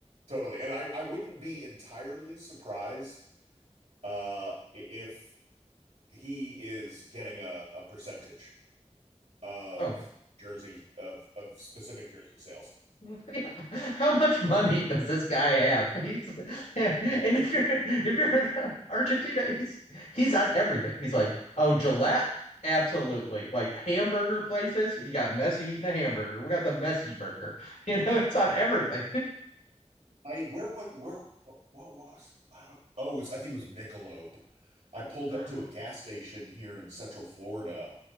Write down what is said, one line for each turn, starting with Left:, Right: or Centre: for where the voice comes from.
Right: totally. And I, I wouldn't be entirely surprised uh, if he is getting a, a percentage of
Left: <laughs> oh,
Right: jersey of of specific jersey sales.
Left: <laughs> Yeah. How much money does this guy have? <laughs> He's and if you're if you're in Argentina, he's he's on everything. He's like, oh, Gillette, absolutely. Like hamburger places, you got Messi eating a hamburger. We got the Messi burger. <laughs> You know, it's on everything.
Right: I where was where what was I don't oh it I think it was Michelob. I pulled up to
Left: <laughs>
Right: a gas station here in Central Florida